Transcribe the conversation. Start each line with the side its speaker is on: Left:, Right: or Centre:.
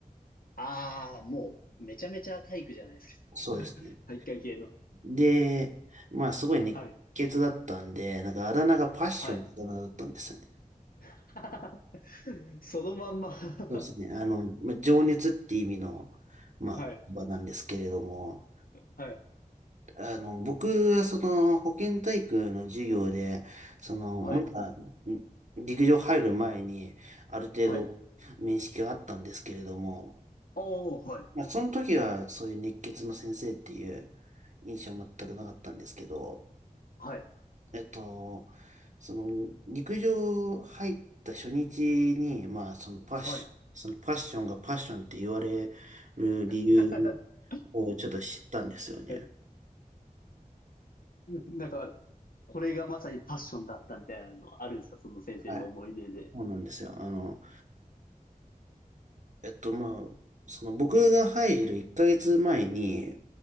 Left: ああ、もう、めちゃめちゃ体育じゃないです
Right: そうですね。
Left: か。体育会系の。
Right: で、まあ、すごい熱血だったんで、
Left: はい。
Right: なんかあだ名がパッションってあだ名だったんですよね。
Left: はい。<laughs> そのまんま <laughs>
Right: そうですね。あの、まあ、情熱って意味の、まあ、
Left: はい。
Right: 場なんですけれども、
Left: はい。
Right: あの、僕はその保健体育の授業で、その、
Left: はい。
Right: まだん陸上入る前にある程度面識はあったんですけれども、
Left: はい。おー、はい。
Right: まあ、その時はそういう熱血の先生っていう印象は全くなかったんですけど、
Left: はい。
Right: えっと、その陸上入った初日に、まあそのパッシ、
Left: はい。
Right: そのパッションがパッションって言われる理由
Left: <laughs>
Right: をちょっと知ったんですよね。
Left: はい。なんか、これがまさにパッションだったみたいなのあるんですかその先生の思い出で。
Right: はい。そうなんですよ。あの、えっと、まあ、その僕が入る1ヶ月前に、